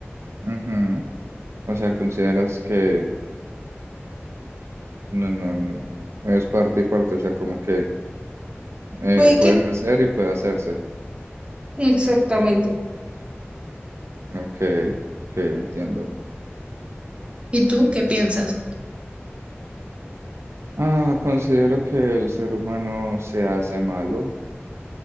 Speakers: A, on the right; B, on the right.
A: ujú. O sea, consideras que No, no, no. Es parte y parte, o sea, como que eh,
B: Puede
A: pueden
B: que...
A: hacer y puede hacerse.
B: Exactamente.
A: Ok, ok, entiendo.
B: ¿Y tú qué piensas?
A: Ah, considero que el ser humano se hace malo.